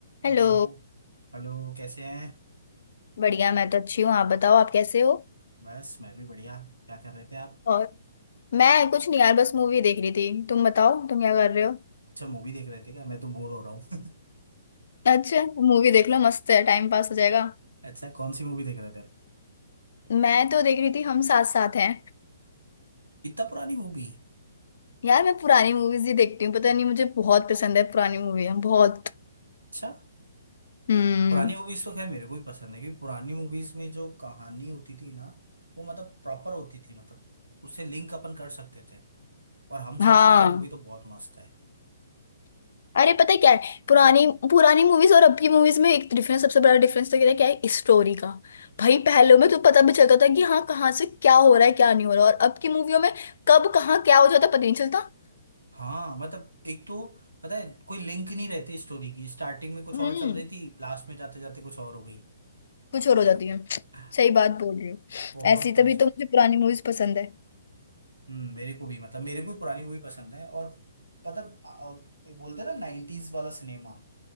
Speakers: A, on the left (about 55°); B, on the right (about 85°).
A: Hello
B: Hello Hello कैसे हैं
A: बढ़िया मैं तो अच्छी हूँ आप बताओ आप कैसे हो
B: बस मैं भी बढ़िया क्या कर रहे थे आप
A: और मैं कुछ नहीं यार बस मूवी देख रही थी तुम बताओ तुम क्या कर रहे हो
B: अच्छा मूवी देख रहे थे क्या मैं तो बोर हो रहा हूँ
A: अच्छा मूवी देख लो मस्त है टाइम पास हो जाएगा
B: <laughs> अच्छा कौन सी मूवी देख रहे थे
A: मैं तो देख रही थी हम साथ साथ हैं
B: इतना पुरानी मूवी
A: यार मैं पुरानी मूवीज ही देखती हूँ पता नहीं मुझे बहुत पसंद है पुरानी मूवी बहुत
B: अच्छा
A: हम्म
B: पुरानी मूवीज तो खैर मेरे को भी पसंद है क्योंकि पुरानी मूवीज में जो कहानी होती थी ना वो मतलब प्रॉपर होती थी मतलब उससे लिंक अपन कर सकते थे और हम साथ
A: हाँ
B: साथ है मूवी तो बहुत मस्त है
A: अरे पता है क्या है पुरानी पुरानी मूवीज और अब की मूवीज में एक डिफरेंस सबसे बड़ा डिफरेंस तो क्या है क्या है स्टोरी का भाई पहले में तो पता भी चलता था कि हाँ कहाँ से क्या हो रहा है क्या नहीं हो रहा और अब की मूवियों में कब कहाँ क्या हो जाता है, पता नहीं चलता
B: हाँ मतलब एक तो पता है कोई लिंक नहीं रहती स्टोरी की स्टार्टिंग में कुछ
A: हम्म
B: और चल रही थी लास्ट में जाते जाते कुछ और हो गई
A: कुछ और हो जाती है
B: <laughs>
A: सही बात बोल रही हो
B: बहुत
A: ऐसी
B: परेशान
A: तभी तो मुझे पुरानी मूवीज पसंद है
B: हम्म मेरे को भी मतलब मेरे को भी पुरानी मूवी पसंद है और पता आ, एक बोलते हैं ना नाइन्टीज वाला सिनेमा